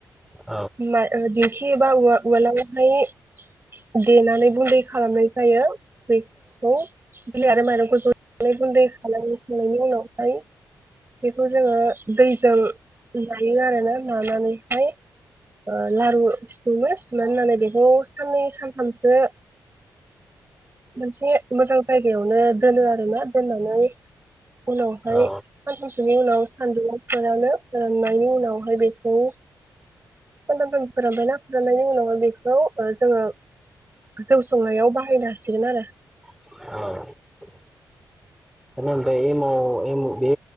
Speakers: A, in the centre; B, on the right.
A: औ
B: मा ओ दि खि एबा उवा-उवालालायि देनानै गुन्दै खालामनाय जायो। बै खौ बिलाय आरो मायरंख अज गुन्दै खालामखांनायनि उनावहाय बेखौ जोङो दैजों नायो आरोना नानानैहाय। ओ लारु सिथुमो सिथुनानै होननानै बेखौ साननै सानथामसो। मोनसे मोजां जायगायावनो दोनो आरोना दोननानै। उनावहाय
A: औ
B: सानथामसोनि उनाव सान्दुं फोरानो फोराननायनि उनावहाय बेखौ। सानथाम सानब्रै फोरानबायना फोराननायनि उनावहा बेखौ ओ जोङो जौ संनायाव बाहायनो हासिगोन आरो।
A: औ <unintelligible> एमाव एम बे